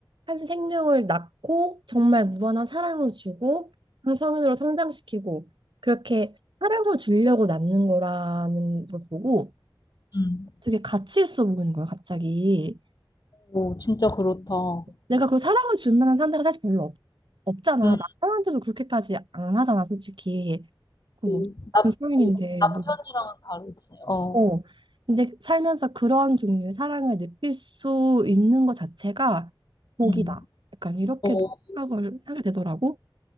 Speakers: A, on the right (about 65°); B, on the left (about 50°).
A: 한 생명을 낳고 정말 무한한 사랑을 주고 한 성인으로 성장시키고 그렇게 사랑을 주려고 낳는 거라는 걸 보고
B: 음.
A: 되게 가치 있어 보이는 거야, 갑자기.
B: 오, 진짜 그렇다.
A: 내가 그 사랑을 줄 만한 상대가 사실 별로 없, 없잖아.
B: 음,
A: 남편한테도 그렇게까지 안 하잖아, 솔직히. 그
B: 그
A: 뭐 같은
B: 남, 어,
A: 성인인데
B: 남편이랑은
A: 뭐
B: 다르지. 어,
A: 어. 근데 살면서 그런 종류의 사랑을 느낄 수 있는 것 자체가 복이다.
B: 음,
A: 약간 이렇게도
B: 어.
A: 생각을 하게 되더라고.